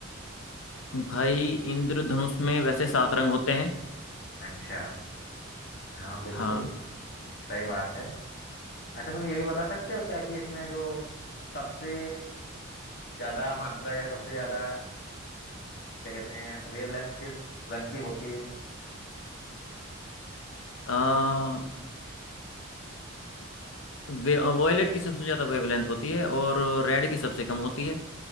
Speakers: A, on the left; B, on the left.
A: भाई इंद्रधनुष में वैसे सात रंग होते हैं
B: अच्छा हाँ बिल्कुल
A: हाँ
B: सही बात है अच्छा तुम ये भी बता सकते हो क्या कि इसमें जो सबसे ज्यादा मात्रा या सबसे ज्यादा क्या कहते हैं वेवलेंथ किस रंग की होती है
A: आ, वे, वॉयलेट
B: या
A: की सबसे ज्यादा वेवलेंथ होती है और रेड की सबसे कम होती है